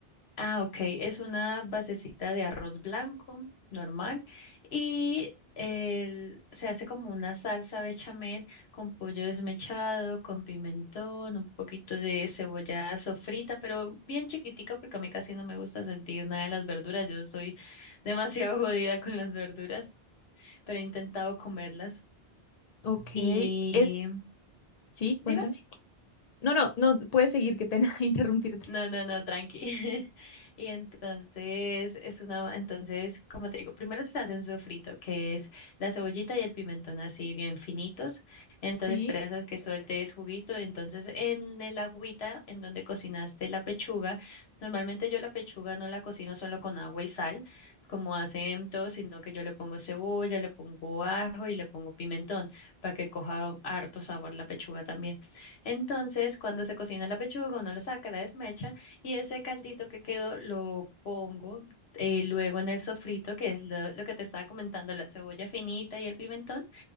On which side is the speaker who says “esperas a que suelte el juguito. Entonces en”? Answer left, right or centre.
Left